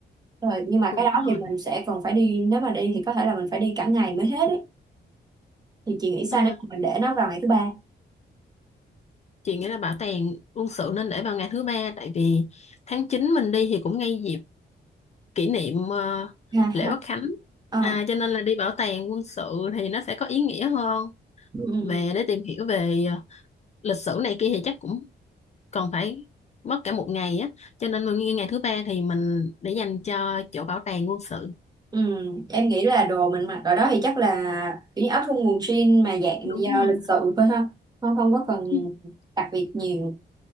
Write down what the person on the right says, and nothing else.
rồi nhưng mà
cái đó
thì mình sẽ còn phải đi nếu mà đi thì có thể là mình phải đi cả ngày mới hết ấy. thì chị nghĩ sao
nếu mà mình để nó vào ngày thứ ba
ha
ha.
Ờ.
ừ.
Ừ. Em nghĩ là đồ mình mặc ở đó thì chắc là kiểu như áo thun quần jean mà dạng
do
lịch sự thôi ha không không có cần
đặc biệt nhiều